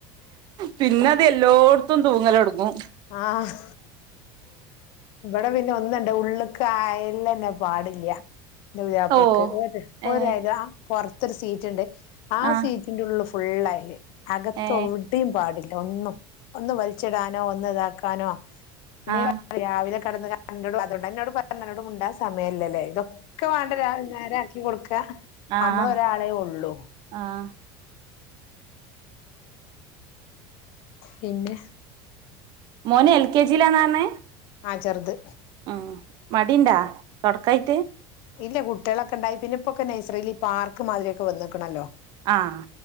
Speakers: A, on the right (about 40°); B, on the left (about 50°).
A: പിന്നത് എല്ലോട്ത്തും തൂങ്ങലൊടുങ്ങും
B: ആഹ് ഇവടെ പിന്നെ ഒന്നണ്ട് ഉള്ള്ക്കായാല്ലന്നെ പാടില്ല്യ ൻ്റെ പുതിയാപ്പ്ളക്ക്
A: ഓ
B: ഒര് ഒരയല
A: ഏ
B: പുറത്തൊരു സീറ്റ്ണ്ട് ആ
A: ആഹ്
B: സീറ്റിന്റെ ഉള്ള് ഫുള്ളായില് അകത്തോ
A: ഏ
B: തെയും പാടില്ല ഒന്നും ഒന്ന് വലിച്ചിടാനോ ഒന്ന് ഇതാക്കാനോ <unintelligible>
A: ആഹ്
B: രാവിലെ കടന്ന്ങ്ങാണ്ട് ന്നോട് അതുകൊണ്ട് ന്നോട് പറോ <unintelligible> മുണ്ടാ സമയല്ലല്ലേ ഇതോ ഒക്കെ വേണ്ട രാവില നേരെയാക്കി കൊടുക്ക
A: ആഹ്
B: നമ്മളൊരാളെ ഒള്ളൂ
A: ആഹ്
B: പിന്നെ
A: മോൻ എൽ കെ ജി യിലാന്നാർണേ
B: ആഹ് ചർത്
A: ആഹ് മടിയിണ്ടാ തൊടക്കായിട്ട്
B: ഇല്ല കുട്ടികളൊക്കെ ഇണ്ടായി പിന്ന ഇപ്പൊക്കെ നൈസറിയില് ഈ പാർക്ക് മാതിരിയൊക്കെ വന്നിക്കണല്ലോ
A: ആഹ്